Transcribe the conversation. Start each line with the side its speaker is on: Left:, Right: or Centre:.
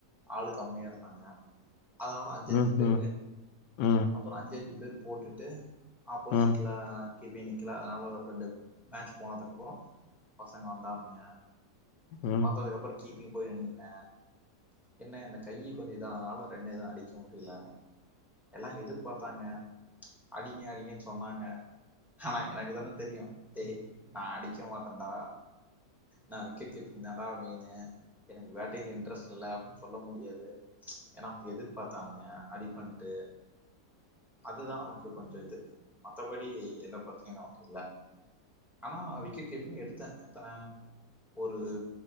Centre: ஆளு கம்மியா இருந்தாங்க. அதனால அஞ்சஞ்சு
Left: ம்
Centre: பேரு.
Left: ம் ம்
Centre: அப்புறோ அஞ்சஞ்சு. பேர் போட்டுட்டு. ஆப்போசிட்ல.
Left: ம்
Centre: கிபி நிக்கல அதனால ரெண்டு மேட்ச் போனதுக்கு அப்புறோ பசங்க வந்தானுங்க.
Left: ம்
Centre: வந்ததுக்கு அப்புறோ. கீப்பிங் போய் நின்னுட்ட. என்ன இந்த கையி கொஞ்சோ இதானதுனால ரெண்டு இதவு அடிக்க முடியல. எல்லா எதிர்பாத்தாங்க. ம்ச் அடிங்க அடிங்கன்னு சொன்னாங்க. ஆனா எனக்கு தான தெரியு டேய் நா அடிக்க மாட்டன்டா. நா விக்கெட் கீப்பிங் தாடா மெயினு எனக்கு பேட்டிங்ல இன்ட்ரெஸ்ட் இல்ல அப்படின்னு சொல்ல முடியாது. ம்ச் ஏன்னா எதிர்பார்த்தானுங்க அடி பண்ட்டு. அதுதா நமக்கு கொஞ்சோ இது மத்தபடி எந்த பிரச்சனையும் நமக்கு இல்ல. ஆனா விக்கெட் கீப்பிங் எடுத்த எத்தன ஒரு